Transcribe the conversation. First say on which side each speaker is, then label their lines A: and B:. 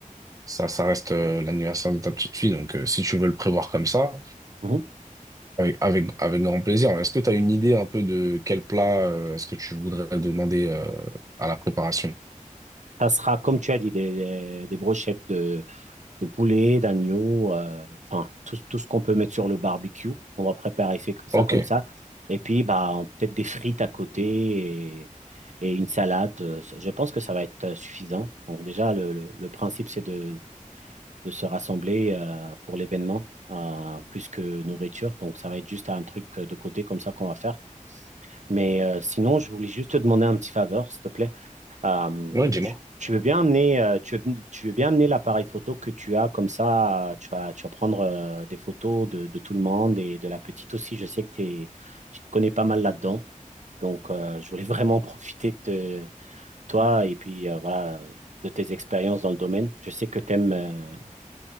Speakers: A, on the right (about 25°); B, on the right (about 60°).
A: ça, ça reste euh, l'anniversaire de ta petite fille, donc euh, si tu veux le prévoir comme ça,
B: Mhm.
A: avec, avec, avec grand plaisir. Est-ce que tu as une idée un peu de quel plat euh, est-ce que tu voudrais demander euh, à la préparation?
B: Ça sera, comme tu as dit, des, des des brochettes de de poulet, d'agneau, euh, enfin, tout, tout ce qu'on peut mettre sur le barbecue. On va préparer fait- ça
A: Ok,
B: comme ça. Et puis, bah, on- peut-être des frites à côté et, et une salade. Euh, Je pense que ça va être euh, suffisant. Bon, déjà, le, le- le principe, c'est de, de se rassembler euh, pour l'événement. euh, plus que nourriture, donc ça va être juste un truc euh, de côté comme ça qu'on va faire. Mais euh, sinon, je voulais juste te demander un petit faveur, s'il te plaît. Euh,
A: ouais, dis-moi.
B: tu, tu veux bien amener, euh, tu veux, tu veux bien amener l'appareil photo que tu as, comme ça, euh, tu vas, tu vas prendre euh, des photos de, de tout le monde et de la petite aussi. Je sais que t'es- tu te connais pas mal là-dedans. Donc, euh, je voulais <laughs> vraiment profiter de toi et puis euh, voilà, de tes expériences dans le domaine. Je sais que tu t'aimes